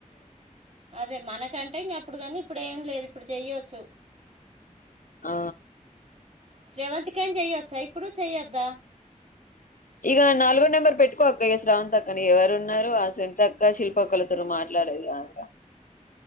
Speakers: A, on the right; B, on the left.
A: అదే మనకంటే ఇంగా అప్పుడు కానీ ఇప్పుడు ఎమ్ లేదు, ఇప్పుడు చెయ్యొచ్చు
B: ఆ
A: స్రవంతికైనా చెయొచ్చా ఇప్పుడు చెయోద్దా
B: ఇక నాలుగో నెంబర్ పెట్టుకో అక్క ఇక స్రవంతక్కని ఎవరు ఉన్నారు, ఆ సునతక్క శిల్ప్ పుప్పక్కలతురు మాట్లాడేది కాక